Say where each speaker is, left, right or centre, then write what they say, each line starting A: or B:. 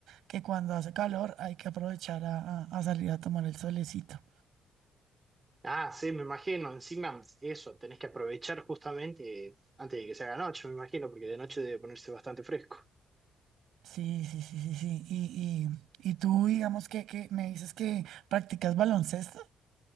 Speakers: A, on the right (about 80°); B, on the right (about 25°).
A: que cuando hace calor hay que aprovechar a a- a salir a tomar el solecito.
B: Ah, sí, me imagino. Encima, eso, tenés que aprovechar justamente antes de que se haga noche, me imagino, porque de noche debe ponerse bastante fresco.
A: Sí, sí, sí, sí, sí. Y, y, y tú, digamos que, que me dices que practicas baloncesto.